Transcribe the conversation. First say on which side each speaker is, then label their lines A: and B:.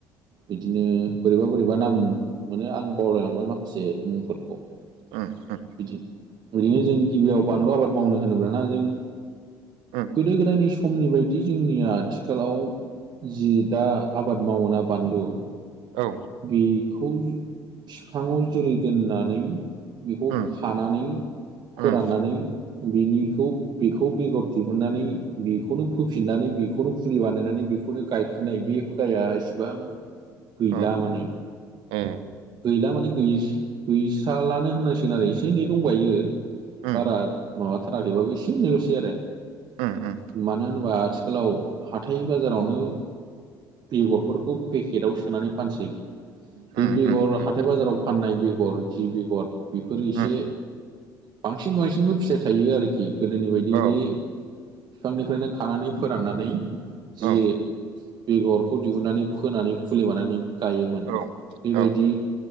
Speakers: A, on the right; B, on the right.
A: बिदिनो बोरैबा-बोरैबा नाम मोनो आं बावलायलांबाय माखासे मुंफोरखौ।
B: उम उम
A: बिदि ओरैनो जों गिबियाव बानलु आबाद मावनो होनोबाना जों।
B: उम
A: गोदो-गोदायनि समनि बायदि जोंनिया आथिखालाव जि। दा आबाद मावोना बानलु
B: औ
A: बे। खौ फिफाङाव जोलै दोननानै। बेखौ
B: उम
A: खानानै फोराननानै
B: उम
A: बेनिखौ। बेखौ बेगर दिहुननानै बेखौनो फोफिननानै बेखौनो फुलि बानायनानै बेखौनो गायफिनलाय बे। बे हुदाया इसिबां। गैला
B: औ
A: माने,
B: ए
A: गैला माने गैस गैस्रा। लानो होननांसिगोन आरो एसे-एनै दंबायो
B: उम
A: बारा माबाथाराखैबाबो इसे एनैल'स। आरो
B: उम उम
A: मानो होनोबा आथिखालाव हाथाइ- बाजारावनो। बेगरफोरखौ पेकेटाव सोनानै फानसै। बे-बेगर
B: उम उम उम
A: हाथाइ-बाजाराव फाननाय बेगर जि बेगर। बेफोरो एसे
B: उम
A: बांसिन-बांसिनबो फिथाइ थायो आरोखि। गोदोनि बायदि
B: औ
A: बे। बिफांनिफ्रायनो खानानै फोराननानै जि।
B: औ
A: बेगरखौ दिहुनन्नानै फोनानै फुलि बानायनानै गायोमोन
B: औ
A: बेबायदि।
B: औ